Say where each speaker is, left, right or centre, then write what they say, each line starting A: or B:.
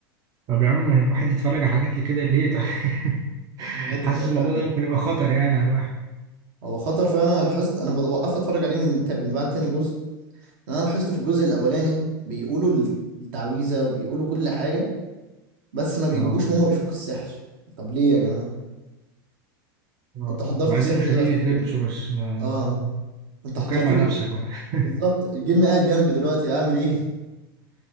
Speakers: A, on the right; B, on the right.
A: طب يا عم الواحد يتفرج على حاجات كده ليه طيب <laughs>
B: بجد
A: حاسس
B: مرعبه
A: الموضوع
B: قوي
A: ده ممكن يبقى خطر يعني على الواحد
B: هو خطر فعلا انا لاحظت انا بد- وقفت اتفرج عليه من تا- من بعد تاني جزء لأن انا لاحظت في الجزء الاولاني بيقولوا التعويذه وبيقولوا كل حاجه بس ما بيجيبوش
A: اه
B: وهم بيفكوا السحر طب ليه يا جماعة
A: اه
B: انتوا حضرتوا
A: ما عايزين
B: سحر
A: المشاهدين
B: دلوقتي
A: يتلبسوا
B: في الفيلم
A: بس ما
B: اه انت
A: فكها
B: حضرت
A: مع
B: لي
A: نفسك بقى <laughs>
B: بالظبط الجن قاعد جنبي دلوقتي اعمل ايه <laughs>